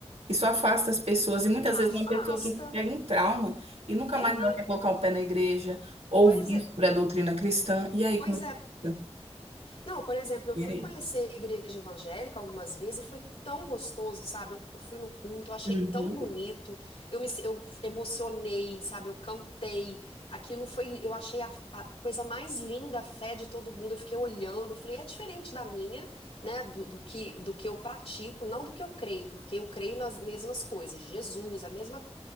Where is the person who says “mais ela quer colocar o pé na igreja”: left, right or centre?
Right